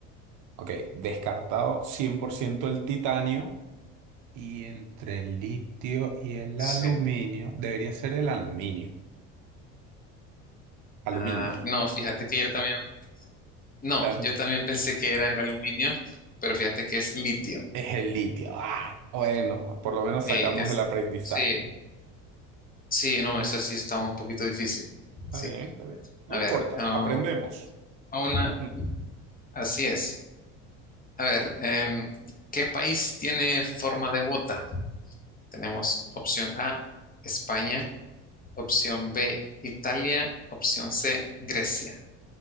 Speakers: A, on the right; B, on the left.
A: Ok, descartado 100% el titanio. Y entre el litio y el
B: Sí.
A: aluminio, debería ser el aluminio. Aluminio.
B: Ah, no, fíjate que yo también, no,
A: ¿eh?
B: yo también pensé que era el aluminio, pero fíjate que es litio.
A: Es el litio. Ah, bueno, por lo menos sacamos
B: Sí, es,
A: el aprendizaje.
B: sí, sí, no, esa sí estaba un poquito difícil.
A: Está
B: Sí.
A: bien, está bien. No
B: A ver,
A: importa,
B: ah,
A: aprendemos.
B: a una,
A: <laughs>
B: así es. A ver, em, ¿qué país tiene forma de bota? Tenemos opción A, España, opción B, Italia, opción C, Grecia.